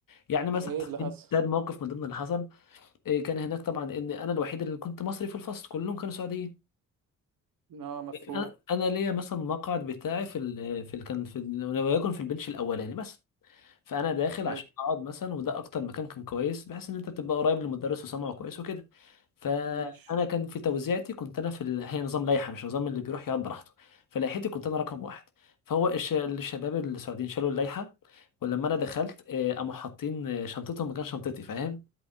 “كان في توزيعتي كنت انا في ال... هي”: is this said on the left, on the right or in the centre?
Left